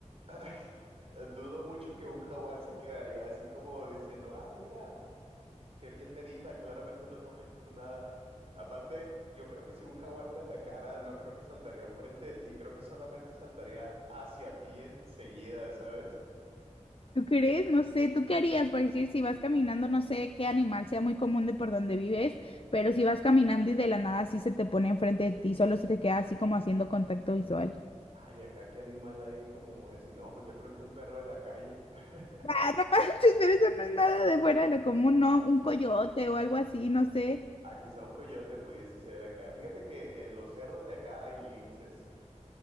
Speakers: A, on the right (about 50°); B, on the left (about 50°).
A: <laughs> Dudo mucho que un jaguar se quedaría así como diciendo, ah, mira, qué bien medita, claramente no le voy a hacer nada. Aparte, yo creo que si un jaguar te atacara, no creo que saltaría enfrente de ti, creo que solamente saltaría hacia ti enseguida, ¿sabes?
B: <laughs> ¿tú crees? No sé, ¿tú qué harías? Por decir, si vas caminando, no sé qué animal sea muy común de por donde vives, pero si vas caminando y de la nada así se te pone enfrente de ti, solo se te queda así como haciendo contacto visual.
A: Ay, acá qué animal hay como muy así. No, pues yo creo que un perro de la calle. <laughs>
B: Ah, no manches, pero eso no es nada de fuera de lo común, ¿no? Un coyote o algo así, no sé.
A: Ah, quizá un coyote pudiese ser acá. Fíjate que en los cerros de acá hay linces.